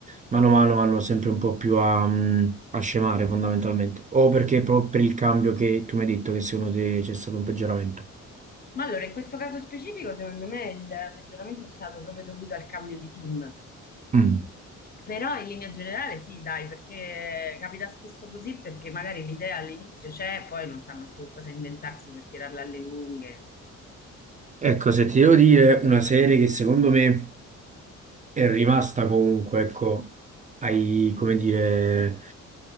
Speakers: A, on the right; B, on the left.
A: mano a mano vanno sempre un po' più a, mh, a scemare fondamentalmente. O perché proprio per il cambio che tu mi hai detto che secondo te c'è stato un peggioramento?
B: Ma allora, in questo caso specifico, secondo me il peggioramento è stato proprio dovuto al cambio di team.
A: Mm.
B: Però in linea generale sì, dai, perché capita spesso così, perché magari l'idea all'inizio c'è, poi non sanno più che cosa inventarsi per tirarla alle lunghe.
A: Ecco, se ti devo dire una serie che secondo me è rimasta comunque, ecco, ai, come dire,